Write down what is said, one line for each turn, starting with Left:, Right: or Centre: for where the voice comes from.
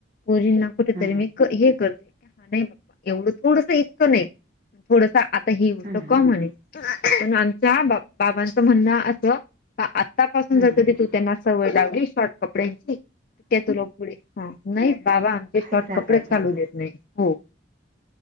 Left: पोरी नां कुठेतरी
Right: हा
Left: मी हे करते हां नाहीं एवढं थोडंसं इतकं नाहीं प थोडंसं आंता ही गोष्टं
Right: हा हा
Left: की म्हणेल पणं आमच्या बाबांचं म्हणणं असं आंतापासून
Right: हा
Left: जरं कधीं तूं त्यांना सवंय लावलीस शॉर्ट कपड्यांची केतू लॉक पुढे हां नाहीं बाबां आमचे शॉर्ट
Right: ऐकणार
Left: कपडेच
Right: नाहीत
Left: घालूं
Right: मग
Left: देतं नाहीं हो